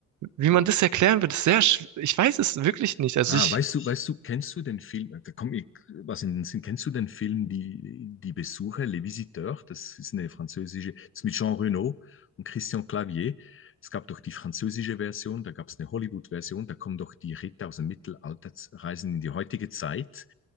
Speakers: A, on the right; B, on the left.
A: wie man das erklären wird, ist sehr, schw- ich weiß es wirklich nicht. Also
B: Ah,
A: ich,
B: weißt du, weißt du, kennst du den Film, da komm ich was in den Sinn, kennst du den Film Die, Die Besucher, Les Visiteurs? Das ist eine französische, das ist mit Jean Reno und Christian Clavier. Es gab doch die französische Version, da gab es eine Hollywood-Version, da kommen doch die Ritter aus dem Mittelalter, reisen in die heutige Zeit